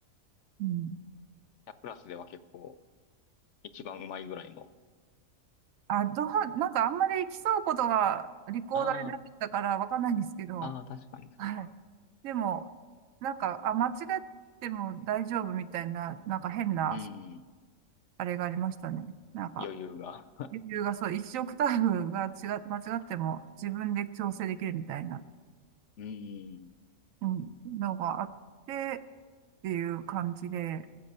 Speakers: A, on the right; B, on the left.
A: うん
B: プラスでは結構一番うまいぐらいの。
A: あ、どう、なんかあんまり競うことがリコーダーでなかったからわかんないんですけど、
B: ああ。ああ、確かにそうか。
A: はい。でも、なんか、あ、間違っても大丈夫みたいな、なんか変な、
B: うん。
A: あれがありましたね。なんか、
B: 余裕が。<laughs>
A: レビューがそう、一オクターブが違う、間違っても自分で調整できるみたいな、
B: うん。
A: うん、のがあってっていう感じで、